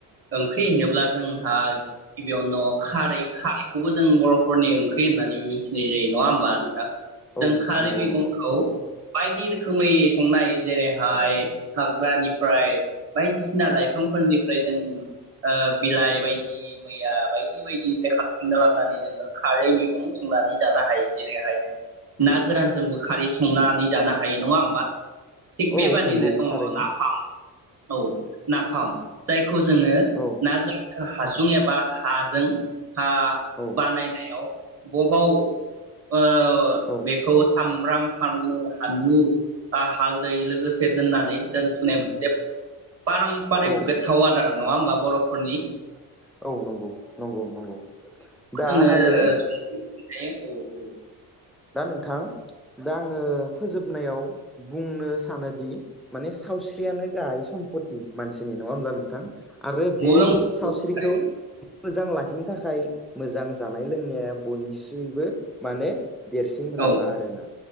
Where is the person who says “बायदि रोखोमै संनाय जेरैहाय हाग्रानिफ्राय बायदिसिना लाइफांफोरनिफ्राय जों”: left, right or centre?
Right